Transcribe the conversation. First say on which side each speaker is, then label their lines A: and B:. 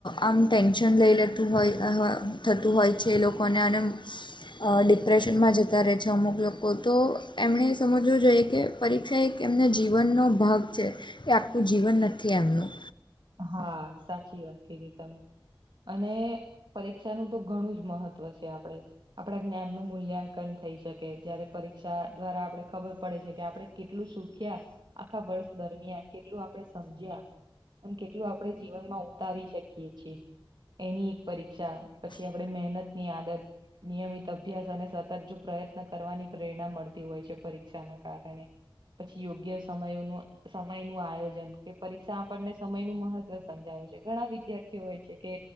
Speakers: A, on the left (about 65°); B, on the right (about 60°).
A: આમ ટેન્શન લઈ લેતું હોય થતું હોય છે એ લોકોને અને. ડિપ્રેશનમાં જતા રહે છે અમુક લોકો તો એમણે સમજવું જોઈએ કે. પરીક્ષા એક એમના જીવનનો ભાગ છે, એ આખું જીવન નથી એમનું.
B: હા સાચી વાત કી તમે અને. પરીક્ષાનુંતો ઘણું જ મહત્વ છે, આપડે. આપણા જ્ઞાન નું મૂલ્યાંકન થઈ શકે જય્યારે પરીક્ષા દ્વારા આપણે ખબર પડે છે કે આપણે. કેટલું સુખ્યા આખા વર્ષ દરમિયાન કેટલું આપડે સમજ્યા. અને કેટલું આપડે જીવન માં ઉતારી શકીએ છીએ. એની એક પરીક્ષા પછી આપણે મહેનત ની આદત. નિયમિત અભ્યાસ અને સતત જો પ્રયત્ન કરવાની પ્રેરણા મળતી હોય છે પરીક્ષાના કારણે. પછી યોગ્ય સમનું સમય નું આયોજન કે પરીક્ષા આપણને. સમય નું મહત્વ સમજાવે છે ઘણા વિદ્યાર્થીઓ હોય છે, કે.